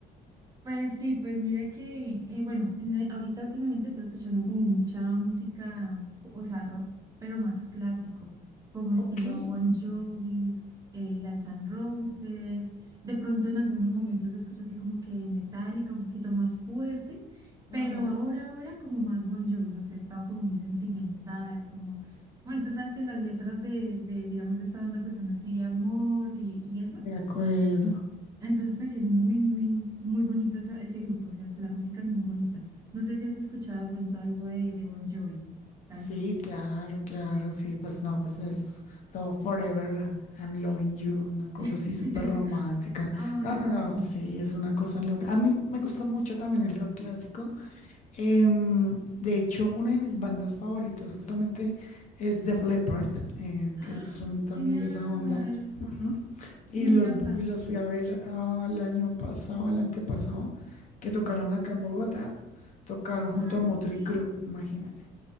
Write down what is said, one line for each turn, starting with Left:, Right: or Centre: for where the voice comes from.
Right: Pues sí, pues mira que, eh, bueno, en e- ahorita últimamente está escuchando como mucha música, o sea, rock, pero más clásico, como estilo
Left: Ok,
Right: Bon Jovi, eh, Guns N' Roses. De pronto en algunos momentos escucho así como que metálica, un poquito más fuerte, pero
Left: ajá,
Right: ahora, ahora como más Bon Jovi, no sé, he estado como muy sentimental, como, bueno, tú sabes que las letras de, de digamos, de esta banda pues son así, amor y, y eso.
Left: de acuerdo.
Right: Entonces, pues sí es muy, muy, muy bonito esa- ese grupo, o sea, es- la música es muy bonita. No sé si has escuchado de pronto algo de, de Bon Jovi, tal
Left: Sí,
Right: vez.
Left: claro, claro, sí, pues no, pues es todo Forever, I'm Loving You, una cosa
Right: <laughs>
Left: así súper romántica.
Right: Ay,
Left: No,
Right: sí.
Left: no, no, sí, es una cosa loca. A mí me gusta mucho también el rock clásico. Em, de hecho, una de mis bandas favoritas justamente es Def Leppard, eh,
Right: ¡Ah!
Left: que ellos son también
Right: Genial,
Left: de esa onda. Ujú. Y
Right: me
Left: los,
Right: encanta.
Left: y los fui a ver al año pasado, al antepasado, que tocaron acá en Bogotá. Tocaron junto
Right: Ay,
Left: a Motley
Right: sí.
Left: Crue, imagínate.